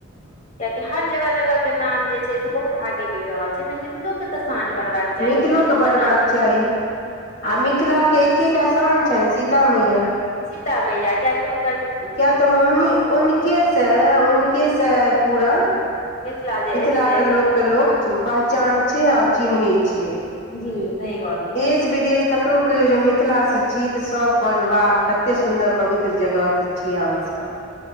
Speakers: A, on the left (about 35°); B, on the left (about 55°).
A: कियाकि हर जगह -जगह के नाम जे छै से बहुत आगे बैढ़ रहल छै तऽ मि मिथिलो क तऽ शान बढ़बाक चाही,
B: मिथिलोके
A: मिथिलो के नाम
B: <unintelligible> आ मिथिलाक एकेटा सान छनि, सीता मैैया!
A: सीता मैया, कियाकि हुन
B: किया तऽ, उह उनके से, उनके से पूरा मिथिलाके
A: मिथिला जे अछि से
B: लोकके लोक, पहचान छै, आर चिन्हैत छै।
A: जी सही कह त
B: देस विदेस ककरो कहियो जे मिथिला से छी, त सब कह जे वाह! कते सुन्दर पवित्र जगह से छी, अहाँ सब। ह